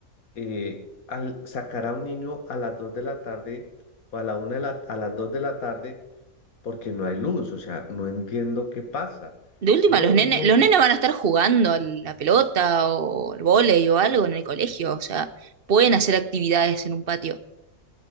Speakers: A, on the left; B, on the right.
A: eh, al sacar a un niño a las 2 de la tarde o a la una de la, a las 2 de la tarde porque no hay luz? O sea, no entiendo qué pasa.
B: De última,
A: No,
B: los nenes,
A: no.
B: los nenes van a estar jugando a la pelota o al vóley o algo en el colegio. O sea, pueden hacer actividades en un patio.